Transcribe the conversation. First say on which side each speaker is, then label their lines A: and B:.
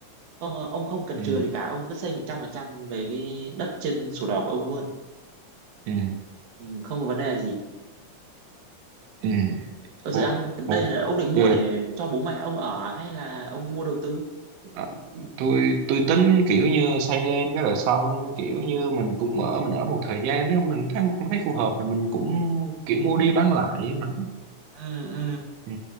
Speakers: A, on the right; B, on the right.
A: ông, ờ, ông không cần
B: ừ,
A: chừa gì cả ông cứ xây 100% về cái đất trên sổ đỏ của ông luôn
B: ừ,
A: ừ, không có vấn đề gì
B: ừ.
A: Ở dự
B: O-
A: án đây
B: ok
A: là ông định mua để cho bố mẹ ông ở hay là ông mua đầu tư
B: À, tôi tôi tính kiểu như xây lên cái rồi xong kiểu như mình cũng ở mình ở một thời gian nếu mình thấy không thấy phù hợp thì mình cũng kiểu mua đi bán lại ấy mà
A: ừ ừ
B: ừ.